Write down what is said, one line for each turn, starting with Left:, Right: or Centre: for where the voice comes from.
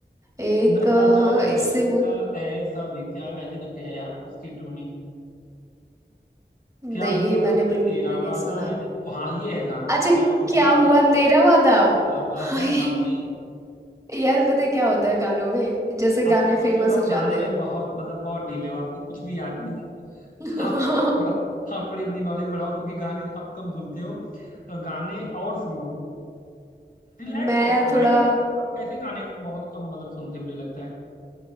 Right: एक
Left: नशा
Right: अ,
Left: दौलत
Right: इससे
Left: का ऐसा भी क्या ऐसे करके है यार उसकी ट्यूनिंग
Right: नहीं
Left: क्या हुआ
Right: ये मैंने
Left: तेरा
Right: बिल्कुल भी नहीं
Left: वादा
Right: सुना
Left: ऐसे हाँ ये है गाना
Right: अच्छा
Left: क्या हुआ
Right: क्या हुआ तेरा वादा
Left: तेरा वादा
Right: <laughs> ये-
Left: हाँ यही है
Right: यार पता है क्या होता है गानों में जैसे गाने
Left: आप ना
Right: फेमस
Left: सच बताऊं
Right: हो
Left: गाने
Right: जाते
Left: में
Right: हैं
Left: बहुत मतलब बहुत डिले हो आपको कुछ भी याद नहीं है
Right: <laughs>
Left: आप आप थोड़ा आप थोड़ी अपनी नॉलेज बढ़ाओ क्योंकि गाने आप कम सुनते हो अ, गाने और सुनो रिलैक्स
Right: मैं
Left: रहता है माइंड
Right: थोड़ा
Left: यार आप आप कैसे गाने को बहुत कम मतलब सुनते हो मुझे लगता है